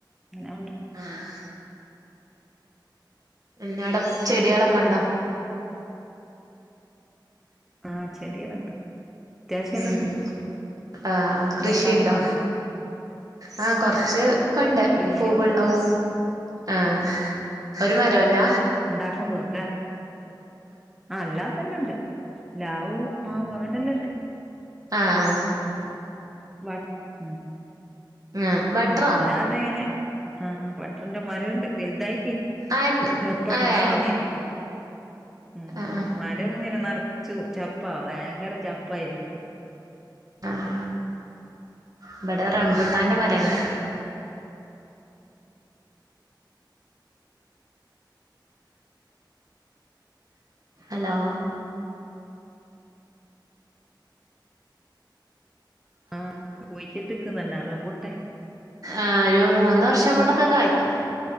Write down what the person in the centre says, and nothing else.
അനണ്ട്.
ആഹ് ചെടിയല്ല ഉണ്ട്. അത്യാവശ്യം എല്ലാം
ഉണ്ട്
നിങ്ങളുണ്ടാക്കുവാ
കൃഷിയൊന്നുല്ല
ഇണ്ടാക്കും തോന്നണ്ല്ലേ ആഹ് അല്ലാത്തന്നേണ്ട്. പ്ലാവൂ മാവു അങ്ങനെല്ലണ്ട്.
വ ഉം
അതെങ്ങനെ. ആഹ് ബട്ടർന്റെ ന്റെ മരണ്ട് വലുതായിക്ക്
എപ്പ
ഇണ്ടാവോന്ന് കരുതീക്ക്. ഉം
മരം ഇങ്ങനെ നറച്ചു ചപ്പ ഭയങ്കരം ചപ്പായിരിക്കു.
ആഹ് കുഴിച്ചിട്ടിക്കുന്നുന്നെ റംബൂട്ടാൻ.